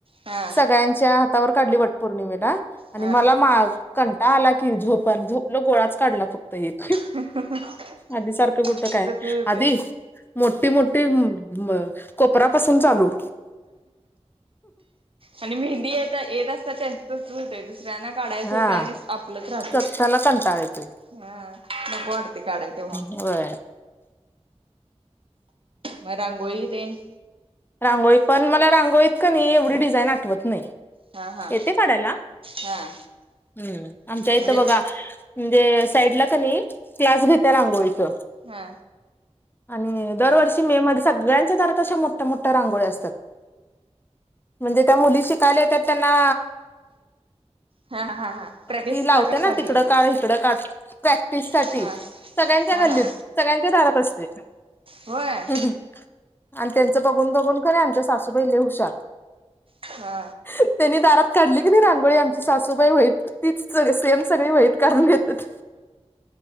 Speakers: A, on the right; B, on the left.
A: हा
B: सगळ्यांच्या हातावर काढली वटपौर्णिमेला आणि
A: हा
B: मला मा कंटाळा आला की झोप झोपलो गोळाच काढला फक्त एक
A: <inaudible>
B: आधी सारखं कुट
A: ते
B: काय
A: तसच होतय.
B: आधी मोठी मोठी अ कोपरापासून चालू
A: आणि मेहंदी ये-येत असत्या त्यां त होते दुसऱ्यांना काढायच
B: हा
A: होते आणि आपलंच राहतय
B: स्वतःला कंटाळा येतोय
A: हा नको वाटतय काढाय तेव्हा
B: व्हय
A: म रांगोळी तेन
B: रांगोळी पण मला रांगोळीत कनी एवढी डिझाईन आठवत नाही.
A: हा हा
B: येते काढायला
A: हा
B: हम्म आमच्या इथं
A: म्हणजे
B: बघा म्हणजे साईडला कणी क्लास घेत्या रांगोळीचं.
A: हा
B: आणि दरवर्षी मे मध्ये सगळ्यांच्या दारात अशा मोठ्या मोठ्या रांगोळ्या असतात. म्हणजे त्या मुली शिकायला येत्यात त्यांना
A: हा हा हा प्रॅक्टिस
B: ती लावते
A: साठी
B: ना तिकडं काढ इकडं काढ प्रॅक्टिस साठी.
A: हा
B: सगळ्यांच्या
A: हा हा
B: गल्लीत सगळ्यांच्या दारात असते
A: होय
B: आणि त्यांच बघून बघून कने आमच्या सासूबाई लय हुशार
A: हा
B: त्यांनी दारात काढली की नाही रांगोळी आमची सासूबाई होईत तीच सग सेम सगळी माहीत काढून घेतात.